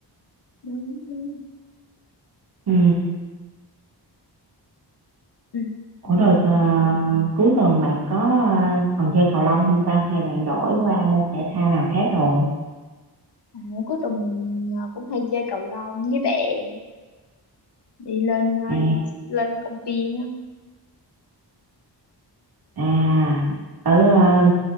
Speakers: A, on the left; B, on the right.
A: đúng, đúng.
B: ừ
A: Ừ.
B: ủa
A: Ừ.
B: Ừ. rồi à, cuối tuần bạn có à, còn chơi cầu lông không ta hay bạn đổi qua môn thể thao nào khác rồi
A: À, cuối tuần mình ờ, cũng hay chơi cầu lông với bạn đi lên ờ,
B: à,
A: lên công viên á
B: à ở à,